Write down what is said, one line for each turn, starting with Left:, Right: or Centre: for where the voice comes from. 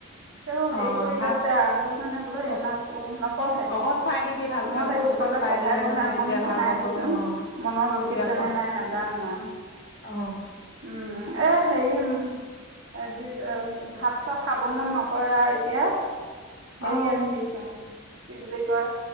Right: তেওঁ
Left: অ
Right: হেৰি কৰি
Left: ভাল
Right: আছে আহ সেইটো কাৰনে বোলো
Left: অ
Right: এমাহ পঢ়ো নপঢ়ে
Left: ঔষধ খুৱাই দিবি ভালকে
Right: মই
Left: ঔষধ
Right: তাইক
Left: চৌষধ
Right: ওচৰতে
Left: খুৱাই
Right: পঢ়াই
Left: দিলে
Right: পঢ়াই
Left: মানে
Right: অকন
Left: তেতিয়া ভাল
Right: শুনাই
Left: হ'ব
Right: দিছো
Left: অ
Right: মনত ৰখিছে
Left: তেতিয়া প
Right: নে নাই নাজানো আৰু
Left: অ
Right: উম এ হেৰি এইবি ভাত চাত খাব মন নকৰে আৰু এতিয়া হেৰি
Left: অ
Right: আনি দিছোং কি বুলি কয়